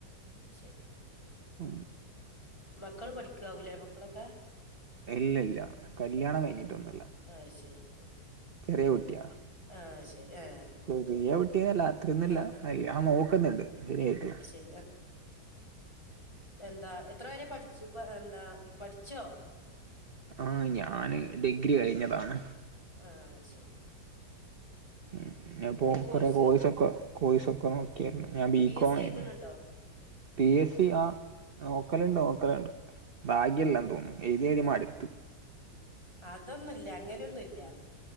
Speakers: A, on the left; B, on the right.
A: ആഹ! ശരി.
B: ഉ
A: മക്കള് പഠിക്കാവൂഅല്ലേ മക്കളൊക്കെ
B: ഇല്ല ഇല്ല കല്യാണം
A: ആഹ്
B: കഴിഞ്ഞിട്ടൊന്നുല്ല
A: ആഹ് ശരി ആഹ്
B: ചെറിയ കുട്ടിയാ
A: ആഹ് ശരി ആഹ്
B: ചെറിയ കുട്ടില്ലതന്നില്ല
A: ആഹ്
B: അല്ല ആ നോക്കുന്നുണ്ട് ശരിയായിട്ട
A: ആ എന്ത എത്ര വരെ പഠിച്ചു എന്താ പഠിച്ചോ
B: ആഹ ഞാന് ഡിഗ്രി കഴിഞ്ഞതാണ്
A: ആ ശരി ആ
B: ഉ അപ്പൊ
A: കോഴ്സ്
B: കൊറ കോഴസൊക്കെ കോഴസൊക്കെ നോക്ക ഞാൻ ബീികോം
A: പി എസ് സി
B: ആയിരുന്നു
A: എഴുതണുണ്ടോ
B: പി എ സി ആ നോക്കലുണ്ട് നോക്കലുണ്ട് ഭാഗ്യല്ലാ തോന്നുന്നു എഴുതി എഴുതി
A: ആഹ
B: മടുത്ത്
A: ആ അതൊന്നുമല്ല അങ്ങനെയൊന്നുമല്ല